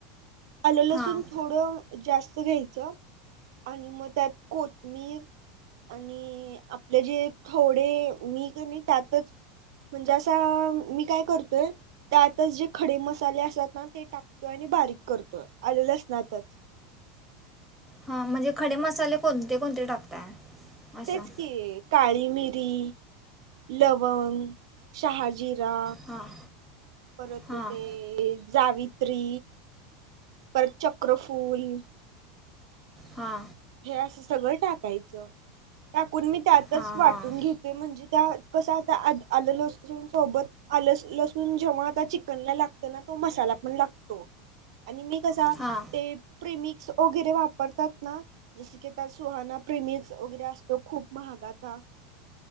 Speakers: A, on the right; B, in the centre.
A: आलं लसून!
B: हां
A: थोडं जास्त घ्यायच आणि मग त्यात कोथमीर की आपले जे थोडे मी कणी त्यातच म्हणजे असा मी काय करतोय त्यातच जे खडे मसाले असतात ना ते टाकतो आणि बारीक करतो आल लसनातच
B: हा म्हणजे खडे मसाले कोणते कोणते टाकताय? असं
A: तेच की. काळी मिरी, लवंग, शहाजिरा
B: हां
A: परत
B: हां
A: ते जावित्री परत चक्रफूल.
B: हा.
A: हे असं सगळं टाकायचं. टाकून मी त्यातच
B: हां
A: वाटून
B: हां
A: घेते. म्हणजे त्या कसा आलं लसुन सोबत आल लसूण जेव्हा आता चिकनला लागतं ना तो मसाला पण लागतो. आणि मी कसा
B: हां
A: ते प्रेमिक्स वगैरे वापरतात ना. जस की त्या सुहाना प्रिमिक्स वगैरे असतो खूप महागा चा